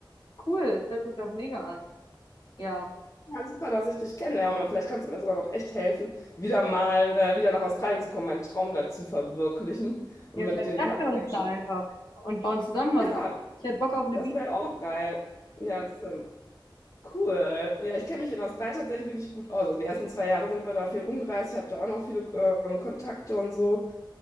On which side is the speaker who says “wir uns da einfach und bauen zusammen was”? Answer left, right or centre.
Left